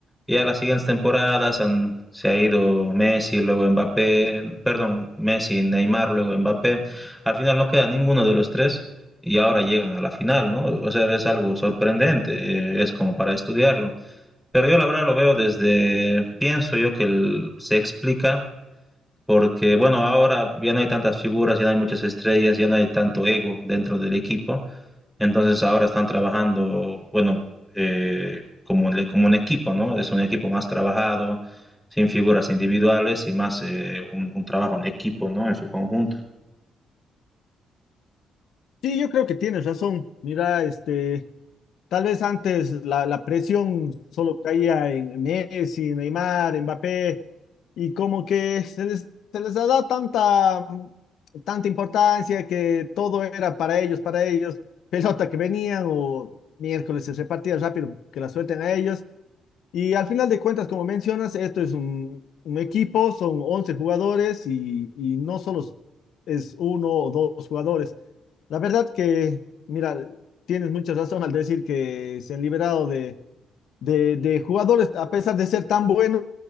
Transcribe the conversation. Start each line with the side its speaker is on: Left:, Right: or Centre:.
Centre: ya las siguientes temporadas han, se ha ido Messi, luego Mbappé, perdón, Messi, Neymar, luego Mbappé. Al final no queda ninguno de los tres y ahora llegan a la final, ¿no? O sea, es algo sorprendente, eh, es como para estudiarlo. Pero yo la verdad lo veo desde, pienso yo que el, se explica porque bueno, ahora ya no hay tantas figuras, ya no hay muchas estrellas, ya no hay tanto ego dentro del equipo, entonces ahora están trabajando, bueno, eh, como, le- como un equipo, ¿no? Es un equipo más trabajado, sin figuras individuales y más eh, un, un trabajo en equipo, ¿no? En su conjunto.
Left: Sí, yo creo que tienes razón. Mira, este, tal vez antes la, la presión solo caía en Messi, Neymar, Mbappé, y como que se les, se les ha dado tanta, mm, tanta importancia que todo era para ellos, para ellos, <laughs> pelota que venían o miércoles se repartía rápido, que la suelten a ellos. Y al final de cuentas, como mencionas, esto es un, un equipo, son 11 jugadores y, y no solo es uno o dos jugadores. La verdad que, mira, tienes mucha razón al decir que se han liberado de, de, de jugadores, a pesar de ser tan buenos,